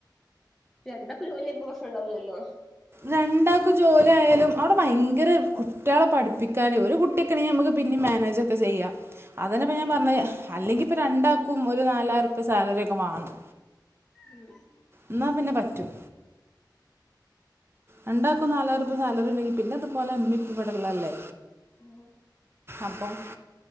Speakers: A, in the centre; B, on the right.
A: രണ്ടൊക്ക ജോലിയുമ്പോപ്രശ്ന ണ്ടാവില്ലല്ലോ
B: രണ്ട ക്ക് ജോലിയ യാലും അവിടെ ഭയങ്കര കുട്ട്യാളെ പഠിപ്പിക്കാന ഒരു കുട്ടിയൊക്കെ ആണെങ്കി ഞ മ്മ ക്ക് പിന്നെ മനേജൊക്കെ ചെയ്യാ അതന്നെപ്പ ഞാ പറഞ്ഞത് അല്ലെങ്കി ഇപ്പൊ രണ്ടാക്കും ഒരു നാലായിരംറുപ്യ സാലറി ഒക്കെ വേണം
A: ഉം
B: ഇന്നാ പിന്നെ പറ്റും രണ്ടാക്കും നാലായിരം രൂപ്യ സാലറി ഉണ്ടെങ്കി പിന്നെ ഇതുപോലെ ഇമ്മിപ്പ ഇവിടെള്ളല്ലേ
A: ഉം
B: അപ്പം